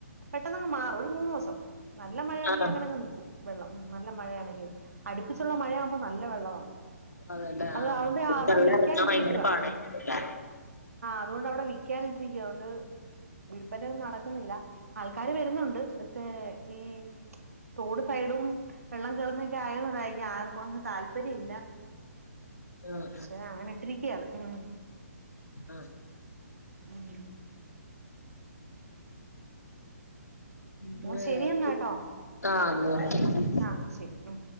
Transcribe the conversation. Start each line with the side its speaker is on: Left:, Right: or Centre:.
Right: പെട്ടെന്ന്ങ്ങ് മാറും ഒരു മൂന്ന് ദിവസം നല്ല മഴയാണെങ്കി
Left: ആ ആ
Right: അങ്ങനെ നിക്കും വെള്ളം നല്ല മഴയാണെങ്ക അടുപ്പിച്ചുള്ള മഴയാവുമ്പോ നല്ല വെള്ളമാണ്
Left: അതല്ലേ
Right: അത്
Left: ആഹ്
Right: അതൊണ്ട് അവിടെ
Left: വെള്ളം
Right: വിക്കാനിട്ടിരിക്കവാ
Left: ഇറങ്ങാൻ ഭയങ്കര പാടായിരിക്കും
Right: ആഹ്
Left: അല്ലേ
Right: അതുകൊണ്ട് അവിടെ വിക്കാനിട്ടിരിക്കുവ അതോണ്ട് വില്പനെയൊന്നും നടക്കുന്നില്ല ആൾക്കാര് വെരുന്നുണ്ട് പക്ഷെ ഈ തോഡ് സൈഡും വെള്ളം കറുന്നോക്കെ ആയോണ്ടായിരിക്കിം ആർക്കും അങ്ങ് താല്പര്യം ഇല്ല
Left: ആഹ് ആഹ്
Right: പക്ഷെ അങ്ങനെ ഇട്ടിരിക്കയാണ് ഉം
Left: ആഹ്
Right: ഉം
Left: പിന്നെ
Right: എന്നാ ശരിയെന്നാട്ടോ
Left: വേറെ ആഹ് ന്ന ഒക്കെ
Right: ആഹ് ശരി ഉം